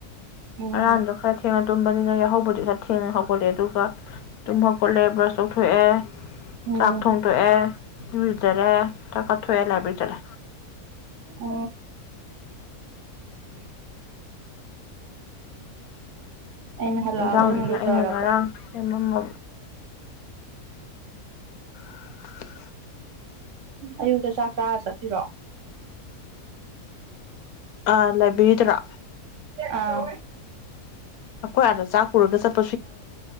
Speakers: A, on the right; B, on the left.
A: ꯎꯝ
B: ꯉꯔꯥꯡꯗꯣ ꯈꯔ ꯊꯦꯡꯅ ꯇꯨꯝꯕꯅꯤꯅ ꯌꯥꯍꯧ ꯍꯧꯕꯗꯤ ꯈꯔ ꯊꯦꯡꯅ ꯍꯧꯒꯠꯂꯦ ꯑꯗꯨꯒ ꯇꯨꯝ ꯍꯧꯒꯠꯂꯦ ꯕ꯭ꯔꯁ ꯇꯧꯊꯣꯛꯑꯦ
A: ꯎꯝ
B: ꯆꯥꯛ ꯊꯣꯡꯗ‌ꯣꯛ ꯑꯦ ꯏꯔꯨꯖꯔꯦ ꯆꯥꯛ ꯆꯥꯊ‌ꯣꯛꯑꯦ ꯂꯥꯏꯕꯦꯔꯤ ꯆꯠꯂꯦ
A: ꯑ ꯎꯝ ꯑꯩꯅ ꯍꯜꯂꯛꯑꯒ
B: ꯏꯟꯁꯥꯡꯗꯨꯅ
A: ꯑꯣꯏꯅ ꯂꯨꯖꯔꯕ
B: ꯑꯩꯅ ꯉꯔꯥꯡ ꯁꯦꯝꯃꯝꯕ <inaudible>
A: ꯑꯌꯨꯛꯇ ꯆꯥꯛ ꯆꯥꯔ ꯆꯠꯄꯤꯔꯣ
B: ꯑ ꯂꯥꯏꯕꯤꯔꯤꯗꯔꯣ
A: ꯑꯥ
B: ꯑꯩꯈꯣꯏ ꯑꯥꯗ ꯆꯥꯛ ꯄꯨꯔꯒ ꯆꯠ